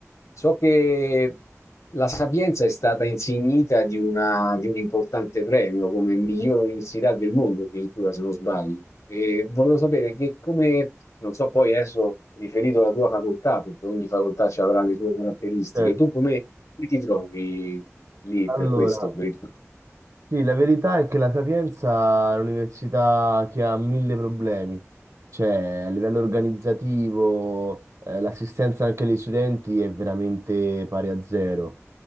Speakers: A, on the left (about 75°); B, on the right (about 70°).
A: so che la Sapienza è stata insignita di una- di un importante premio come miglior università del mondo, addirittura, se non sbaglio. E volevo sapere che come, non so poi adesso riferito alla tua facoltà, perché ogni facoltà ci avrà le sue caratteristiche,
B: certo.
A: tu come ti ti trovi lì
B: Allora,
A: per questo? per il-
B: Sì, la verità è che la Sapienza è un'università che ha mille problemi, cioè a livello organizzativo, eh, l'assistenza anche agli studenti è veramente pari a zero.